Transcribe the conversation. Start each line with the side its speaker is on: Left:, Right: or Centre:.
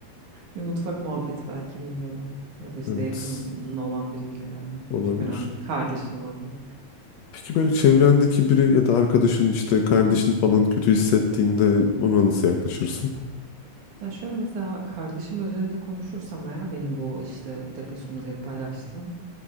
Right: Bir mutfak muhabbeti belki bilmiyorum. Ya da işte
Left: Evet,
Right: yakın olan biriyle yani.
Left: olabilir.
Right: Çok önemli değil. Kardeşin olabilir.
Left: Peki böyle çevrendeki biri ya da arkadaşın işte kardeşin falan kötü hissettiğinde ona nasıl yaklaşırsın?
Right: Ya şöyle mesela kardeşim üzerinde konuşursam eğer benim bu işte depresyonumu direkt paylaştım.